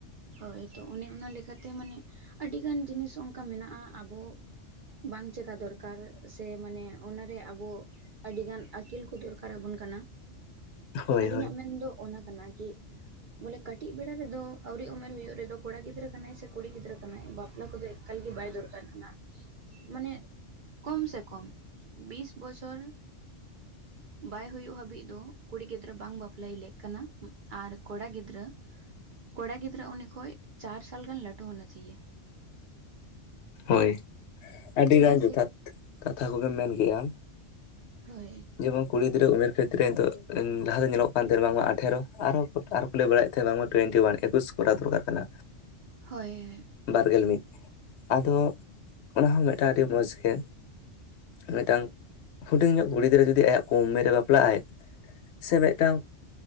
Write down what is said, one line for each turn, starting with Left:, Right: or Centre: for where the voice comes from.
Right: ᱦᱳᱭ ᱛᱚ ᱚᱱᱮ ᱚᱱᱟ ᱞᱮᱠᱟᱛᱮ ᱢᱟᱱᱮ ᱟᱹᱰᱤᱜᱟᱱ ᱡᱤᱱᱤᱥ ᱚᱱᱠᱟ ᱢᱮᱱᱟᱜᱼᱟ ᱟᱵᱚ ᱵᱟᱝ ᱪᱮᱠᱟ ᱫᱚᱨᱠᱟᱨ ᱥᱮ ᱢᱟᱱᱮ ᱚᱱᱟᱨᱮ ᱟᱵᱚ ᱟᱹᱰᱤᱜᱟᱱ ᱟᱹᱠᱤᱞ ᱠᱚ ᱫᱚᱨᱠᱟᱨ ᱟᱵᱚᱱ ᱠᱟᱱᱟ
Left: ᱦᱳᱭ
Right: ᱟᱹᱞᱤᱧᱟᱜ
Left: ᱦᱳᱭ
Right: ᱢᱮᱱᱫᱚ ᱚᱱᱟ ᱠᱟᱱᱟ ᱜᱤ᱾ ᱵᱚᱞᱮ ᱠᱟᱹᱴᱤᱡ ᱵᱮᱲᱟ ᱨᱮᱫᱚ ᱟᱹᱣᱨᱤ ᱩᱢᱮᱨ ᱦᱩᱭᱩᱜ ᱨᱮᱫᱚ ᱠᱚᱲᱟ ᱜᱤᱫᱽᱨᱟᱹ ᱠᱟᱱᱟᱭ ᱥᱮ ᱠᱩᱲᱤ ᱜᱤᱫᱽᱨᱟᱹ ᱠᱟᱱᱟᱭ ᱵᱟᱯᱞᱟ ᱠᱚᱫᱚ ᱮ ᱮᱠᱟᱞ ᱜᱮ ᱵᱟᱭ ᱫᱚᱨᱠᱟᱨ ᱠᱟᱱᱟ᱾ ᱢᱟᱱᱮ ᱠᱚᱢ ᱥᱮ ᱠᱚᱢ ᱵᱤᱥ ᱵᱚᱪᱷᱚᱨ᱾ ᱵᱟᱭ ᱦᱩᱭᱩᱜ ᱦᱟᱹᱵᱤᱡ ᱫᱚ᱾ ᱠᱩᱲᱤ ᱜᱤᱫᱽᱨᱟᱹ ᱵᱟᱝ ᱵᱟᱯᱞᱟᱭ ᱞᱮᱜ ᱠᱟᱱᱟ ᱟᱨ ᱠᱚᱲᱟ ᱜᱤᱫᱽᱨᱟᱹ ᱠᱚᱲᱟ ᱜᱤᱫᱽᱨᱟᱹ ᱩᱱᱤ ᱠᱷᱚᱡ ᱪᱟᱨ ᱥᱟᱞ ᱜᱟᱱ ᱞᱟᱹᱴᱩ ᱦᱳᱱᱟ ᱪᱚᱦᱤᱭᱮ᱾
Left: ᱦᱳᱭ ᱟᱹᱰᱤᱜᱟᱱ
Right: ᱪᱮᱫᱟᱜ ᱥᱮ
Left: ᱡᱚᱛᱷᱟᱛ ᱠᱟᱛᱷᱟ ᱠᱚᱜᱮᱢ ᱢᱮᱱ ᱠᱮᱜᱼᱟ᱾
Right: ᱦᱳᱭ᱾
Left: ᱡᱮᱢᱚᱱ ᱠᱩᱲᱤ ᱜᱤᱫᱽᱨᱟᱹ ᱩᱢᱮᱨ ᱠᱷᱮᱛ ᱨᱮ ᱫᱚ ᱞᱟᱦᱟ ᱫᱚ ᱧᱮᱞᱚᱜ ᱠᱟᱱ ᱛᱟᱦᱮ, ᱵᱟᱝ ᱢᱟ ᱟᱴᱷᱮᱨᱚ ᱟᱨᱚ ᱠᱷᱩᱞᱟᱹ ᱵᱟᱲᱟᱭᱮᱫ ᱛᱟᱦᱮᱸ ᱵᱟᱝᱢ ᱟ ᱴᱩᱭᱮᱱᱴᱤ ᱳᱭᱟᱱ ᱮᱠᱩᱥ ᱠᱚᱨᱟᱶ ᱫᱚᱨᱠᱟᱨ ᱠᱟᱱᱟ?
Right: ᱦᱳᱭ᱾
Left: ᱵᱟᱨᱜᱮᱞ ᱢᱤᱫ ᱟᱫᱚ ᱚᱱᱟ ᱦᱚᱸ ᱢᱤᱫᱴᱟᱝ ᱟᱹᱰᱤ ᱢᱚᱡᱽ ᱜᱮ ᱢᱤᱫᱴᱟᱝ ᱦᱩᱰᱤᱧ ᱧᱚᱜ ᱠᱩᱲᱤ ᱜᱤᱫᱽᱨᱟᱹ ᱡᱩᱫᱤ ᱟᱭᱟᱜ ᱠᱚᱢ ᱩᱢᱮᱨ ᱨᱮ ᱵᱟᱯᱞᱟ ᱟᱭ ᱥᱮ ᱢᱤᱫᱴᱟᱝ